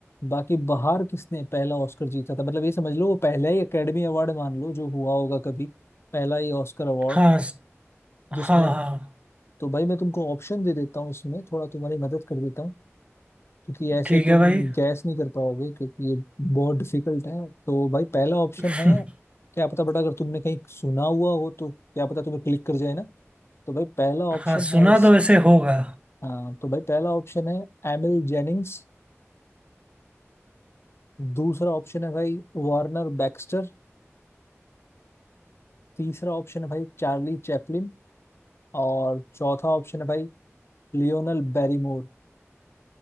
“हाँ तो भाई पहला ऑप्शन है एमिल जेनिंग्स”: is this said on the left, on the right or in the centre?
Left